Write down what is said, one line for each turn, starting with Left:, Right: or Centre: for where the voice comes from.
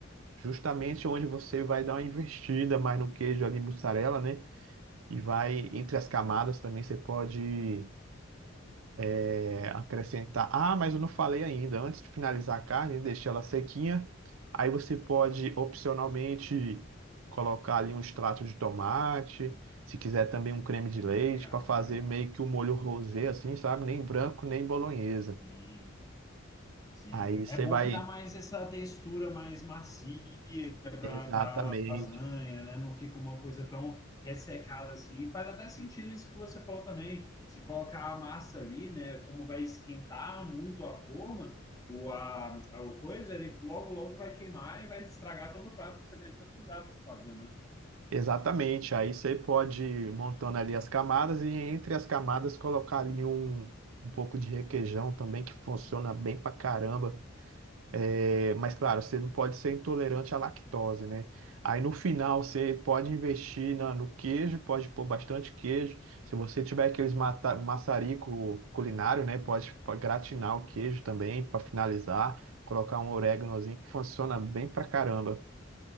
Right: justamente onde você vai dar uma investida mais no queijo ali, mussarela, né? E vai entre as camadas também você pode é, acrescentar. Ah, mas eu não falei ainda. Antes de finalizar a carne, deixa ela sequinha. Aí você pode opcionalmente colocar ali um extrato de tomate, se quiser também um creme de leite
Left: Legal,
Right: para fazer
Left: legal.
Right: meio que o molho rosé assim, sabe? Nem branco, nem bolonhesa.
Left: Sim. Sim,
Right: Aí você
Left: é bom
Right: vai
Left: que dá mais essa textura mais macia para
Right: Exatamente,
Left: a lasanha, né? Não fica uma coisa tão ressecada assim. E Faz até sentido isso que você falou também. Se colocar a massa ali, né? Como vai esquentar muito a forma, o, a, a o coisa, ele logo, logo vai queimar e vai estragar todo o prato que você deve ter cuidado para fazer, né?
Right: exatamente. Aí você pode ir montando ali as camadas e entre as camadas colocar ali um, um pouco de requeijão também que funciona bem pra caramba. É, mas claro, você não pode ser intolerante à lactose, né? Aí no final você pode investir na- no queijo, pode pôr bastante queijo. Se você tiver aqueles mata, maçarico culinário, né? Pode, pode gratinar o queijo também para finalizar, colocar um oréganozinho que funciona bem pra caramba.